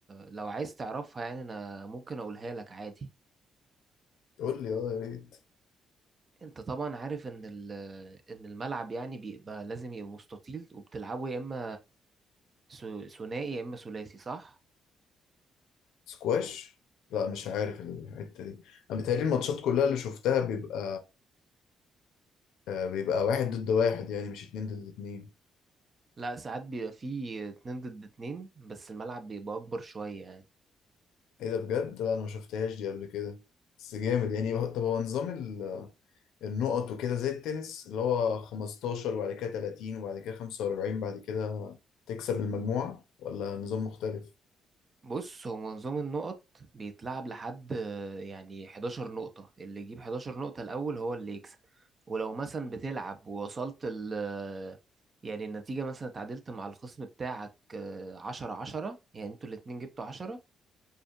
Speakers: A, on the right; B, on the left.
A: لو عايز تعرفها يعني انا ممكن اقولها لك عادي
B: قول لي اه يا ريت
A: انت طبعا عارف ان ال- ان الملعب يعني بيبقى لازم يبقى مستطيل وبتلعبه يا اما ث- ثنائي يا اما ثلاثي صح
B: سكواش لا مش عارف الحتة دي انا بتهيألي الماتشات كلها اللي شفتها بيبقى آه، بيبقى واحد ضد واحد يعني مش اتنين ضد اتنين
A: لا ساعات بيبقى فيه اتنين ضد اتنين بس الملعب بيبقى اكبر شوية يعني
B: ايه ده بجد لا انا ما شفتهاش دي قبل كده بس جامد يعني هو- طب هو نظام ال- النقط وكده زي التنس اللي هو 15 وبعد كده 30 وبعد كده 45 بعد كده تكسب المجموعة ولا نظام مختلف
A: بص هو نظام النقط بيتلعب لحد آه، يعني 11 نقطة اللي يجيب 11 نقطة الاول هو اللي يكسب ولو مثلا بتلعب ووصلت ال آه، يعني النتيجة مثلا اتعادلت مع الخصم بتاعك عشرة عشرة يعني انتوا الاتنين جبتوا عشرة